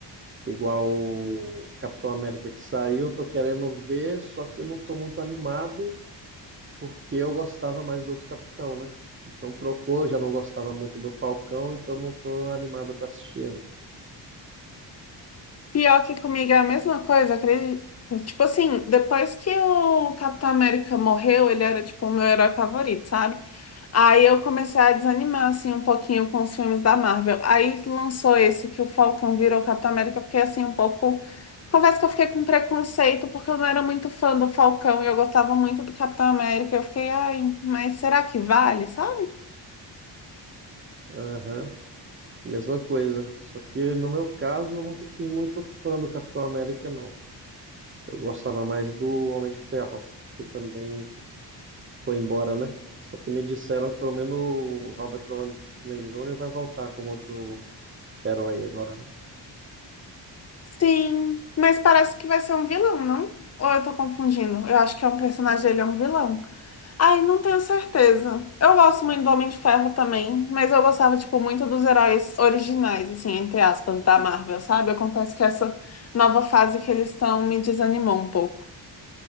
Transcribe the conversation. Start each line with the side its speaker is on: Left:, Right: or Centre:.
Right: Igual o Capitão América que saiu, eu tô querendo ver, só que eu não tô muito animado, porque eu gostava mais do outro Capitão, né? Então trocou, eu já não gostava muito do Falcão, então não tô animado para assistir ele.
Left: Pior que comigo é a mesma coisa, acredito. Tipo assim, depois que o Capitão América morreu, ele era tipo o meu herói favorito, sabe? Aí eu comecei a desanimar assim um pouquinho com os filmes da Marvel. Aí lançou esse que o Falcão virou o Capitão América, eu fiquei assim um pouco. Confesso que eu fiquei com preconceito porque eu não era muito fã do Falcão e eu gostava muito do Capitão América. Eu fiquei, ai, mas será que vale, sabe?
Right: Aham, mesma coisa. Só que no meu caso, eu nunca fui muito fã do Capitão América, não. Eu gostava mais do Homem de Ferro, que também foi embora, né? Só que me disseram que pelo menos o Robert Downey Jr. vai voltar como outro herói agora, né?
Left: Sim, mas parece que vai ser um vilão, não? Ou eu tô confundindo? Eu acho que é um personagem dele, é um vilão. Ai, não tenho certeza. Eu gosto muito do Homem de Ferro também, mas eu gostava, tipo, muito dos heróis originais, assim, entre aspas, da Marvel, sabe? Eu confesso que essa nova fase que eles estão me desanimou um pouco.